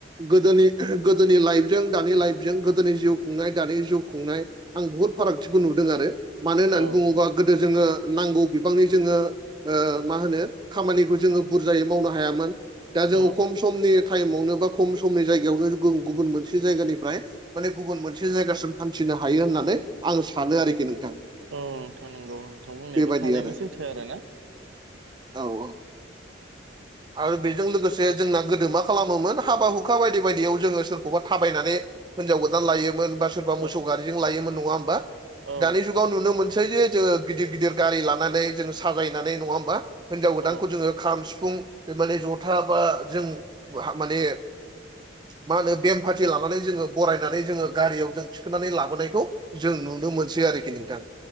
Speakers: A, on the right (about 20°); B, on the right (about 80°).
A: गोदोनि गोदोनि लाइफजों दानि लाइफजों गोदोनि जिउ खुंनाय दानि जिउ खुंनाय आं बुहुद फारागथिखौ नुदों आरो मानो होननानै
B: औ
A: बुङोबा गोदो जोङो नांगौ बिबांनि जोङो ओ मा होनो खामानिखौ जोङो बुरजायै मावनो हायामोन। दा जोङो
B: औ
A: खम समनि टाइमावनो बा खम समनि जायगायावनो गु-गुबुन मोनसे जायगानिफ्राय माने गुबुन मोनसे जायगासिम हान्थिनो हायो होननानै आं सानो आरोखि नोंथां।
B: औ नोंथां नंगौ नोंथां बुंनायाबो
A: बेबायदि
B: थारैनो
A: आरो
B: सैथो आरो ना?
A: औ औ आरो बेजों लोगोसे जोंना गोदो मा खालामोमोन हाबा हुखा बायदि बायदियाव जोङो सोरखौबा थाबायनानै हिनजाव गोदान लायोमोन बा सोरबा
B: औ
A: मोसौ गारिजों लायोमोन नङा होमबा
B: औ
A: दानि जुगाव नुनो मोनसै जे जोङो गिदिर गिदिर गारि लानानै जोङो साजायनानै नङा होमबा? हिनजाव गोदानखौ
B: औ
A: जोङो खाम सिफुं ओ माने जथा बा जों हा माने मा होनो बेम पाथिटि लानानै जोङो बरायनानै जोङो गारियाव जों थिखांनानै लाबोनायखौ जों नुनो मोनसै आरोखि नोंथां।